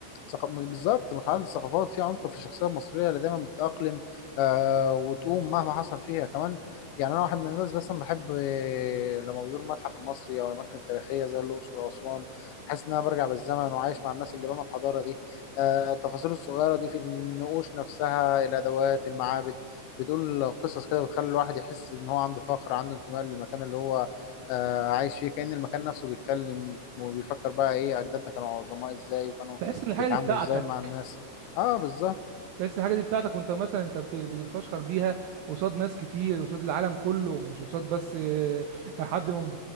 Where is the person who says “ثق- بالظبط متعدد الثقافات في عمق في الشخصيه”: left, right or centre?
Left